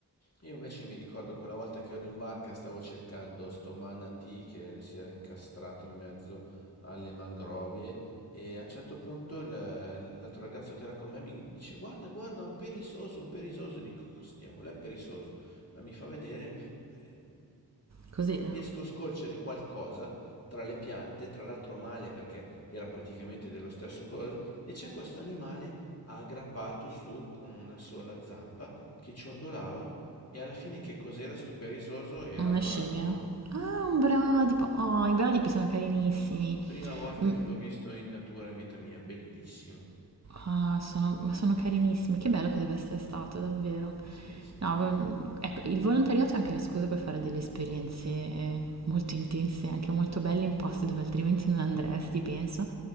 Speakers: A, on the left; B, on the right.
A: Io invece mi ricordo quella volta che ero in barca, stavo cercando sto manatee che si era incastrato in mezzo alle mangrovie e a un certo punto il- l'altro ragazzo che era con me mi dice guarda, guarda, un perisoso, un perisoso. Dico, cosa diavolo è perisoso? Ma mi fa vedere, mi fa- eh,
B: cos'era?
A: riesco a scolcere qualcosa tra le piante, tra l'altro male perché era praticamente dello stesso colore, e c'è questo animale aggrappato su con una sola zampa che ciondolava e alla fine che cos'era sto perisoso? Era
B: Una
A: un
B: scimmia?
A: bradipo.
B: Ah, un bradipo. Oh, i bradipi sono carinissimi.
A: Prima volta
B: Mm,
A: che l'ho visto in natura in vita mia, bellissimo.
B: Ah, sono, ma sono carinissimi, che bello che deve essere stato, davvero.
A: Sì, sì.
B: No, v- ecco, il volontariato è anche la scusa per fare delle esperienze eh, molto intense, anche molto belle in posti dove altrimenti non andresti, penso.